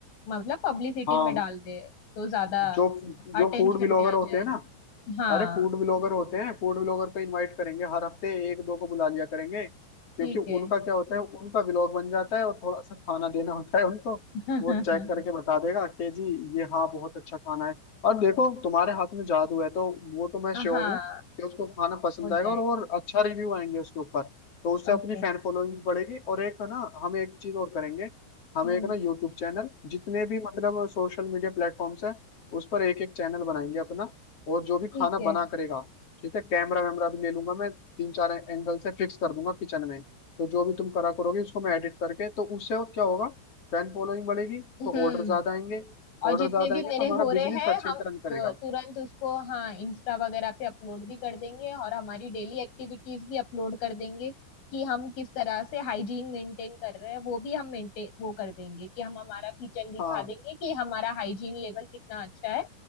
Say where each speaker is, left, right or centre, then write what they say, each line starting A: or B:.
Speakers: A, on the left; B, on the left.
A: मतलब पब्लिसिटी
B: हाँ
A: में डाल दे तो ज्यादा
B: जो जो
A: अटेंशन
B: फूड ब्लॉगर
A: में आ
B: होते
A: जाए
B: हैं ना
A: हाँ
B: अरे फूड ब्लॉगर होते हैं फूड ब्लॉगर को इनवाइट करेंगे हर हफ्ते एक दो को बुला लिया करेंगे क्योंकि
A: ठीक
B: उनका
A: है
B: क्या होता है उनका व्लॉग बन जाता है और थोड़ा सा खाना देना होता है उनको
A: <laughs>
B: वो चेक करके बता देगा कि जी ये हाँ बहुत अच्छा खाना है और देखो तुम्हारे हाथ में जादू है तो वो तो मैं श्योर
A: हाँ
B: हूँ कि उसको खाना पसंद
A: हो जाएगा
B: आएगा और और अच्छा रिव्यू आएंगे उसके ऊपर तो उससे अपनी
A: ओके
B: फैन फॉलोइंग भी बढ़ेगी और एक है ना हम एक चीज और करेंगे हम
A: हम्म
B: एक ना यूट्यूब चैनल जितने भी मतलब सोशल मीडिया प्लेटफॉर्म्स है उस पर एक एक चैनल बनाएंगे अपना और जो भी
A: ठीक
B: खाना
A: है
B: बना करेगा ठीक है कैमरा वैमरा भी ले लूंगा मैं तीन चार एंगल से फिक्स कर दूंगा किचन में तो जो भी तुम करा करोगे उसको मैं एडिट करके तो उससे और क्या होगा फैन फॉलोइंग बढ़ेगी
A: हम्म
B: तो ऑर्डर ज्यादा आएंगे ऑर्डर
A: और जितने
B: ज्यादा
A: भी
B: आएंगे
A: मेरे
B: तो हमारा
A: हो रहे
B: बिजनेस
A: हैं
B: अच्छे
A: हम
B: से
A: अ,
B: रन करेगा
A: तुरंत उसको हाँ इंस्टा वगैरह पे अपलोड भी कर देंगे और हमारी डेली एक्टिविटीज भी अपलोड कर देंगे कि हम किस तरह से हाइजीन मेंटेन कर रहे हैं वो भी हम मेंटेन वो कर देंगे कि हम हमारा किचन दिखा
B: हाँ
A: देंगे कि हमारा हाइजीन लेवल कितना अच्छा है